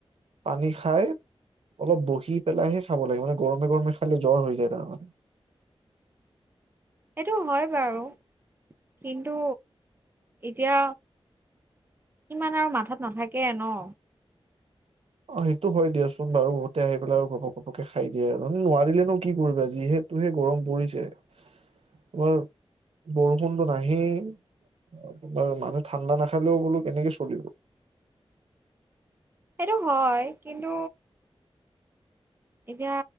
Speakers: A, on the right (about 70°); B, on the right (about 20°).
A: পানী খাই অলপ বহি পেলাইহে খাব লাগে মানে গৰমে, গৰমে। খালি জ্বৰ হৈ যায় ত মানে।
B: সেইটো হয় বাৰু। কিন্তু এতিয়া ইমান আৰু মাথাত নাথাকে ন
A: অ সেইটো হয় দিয়াচোন বাৰু বহুতে আহি পেলাই আৰু ঘপক পপকে খাই দিয়ে আৰু, নোৱাৰিলে নো কি কৰিবা যিহে, সটোহে গৰম পৰিছে তোমাৰ, বৰষুণটো নাহেই তোমাৰ মানুহ ঠাণ্ডা নাখালেও বোলো কেনেকে চলিব।
B: সেইটো হয় কিন্তু এতিয়া